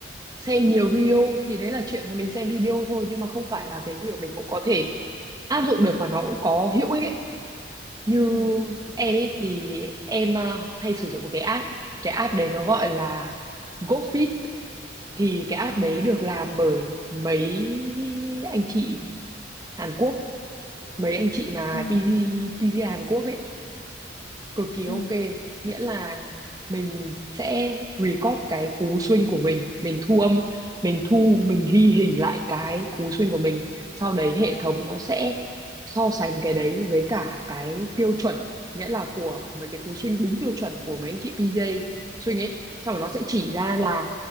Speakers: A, on the right (about 20°); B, on the left (about 65°).
A: xem nhiều video thì đấy là chuyện mà mình xem video thôi nhưng mà không phải là cái gì mà mình cũng có thể áp dụng được và nó cũng có hữu ích ấy. như
B: ừ,
A: em ấy thì em ờ, hay sử dụng một cái app cái app đấy nó gọi là GoFit thì cái app
B: ờ
A: đấy
B: ha.
A: được làm bởi mấy anh chị Hàn Quốc mấy anh chị mà
B: Ừ,
A: PG, PG Hàn Quốc ấy cực kỳ ok
B: ừ,
A: nghĩa là mình sẽ record cái cú swing của mình mình thu âm mình thu mình ghi hình lại cái cú swing của mình sau đấy hệ thống nó sẽ so sánh cái đấy với cả cái tiêu chuẩn nghĩa là của mấy cái cú swing đúng tiêu chuẩn của mấy anh chị PJ swing ấy sau đó nó sẽ chỉ ra là